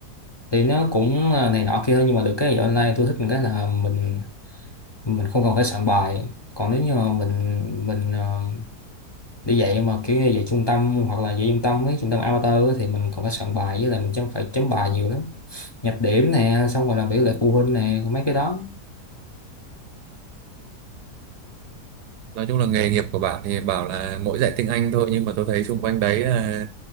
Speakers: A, on the left (about 40°); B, on the right (about 80°).
A: thì nó cũng là này nọ kia thôi nhưng mà được cái dạy online tôi thích một cái là mình mình không cần phải soạn bài còn nếu như mà mình mình ờ, đi dạy mà kiểu như dạy trung tâm hoặc là dạy trung tâm với trung tâm amateur á, thì mình còn phải soạn bài với lại mình chấm phải chấm bài nhiều lắm nhập điểm nè xong rồi làm việc lại phụ huynh nè mấy cái đó
B: nói chung là nghề nghiệp của bạn thì bảo là mỗi giải tiếng Anh thôi nhưng mà tôi thấy xung quanh đấy là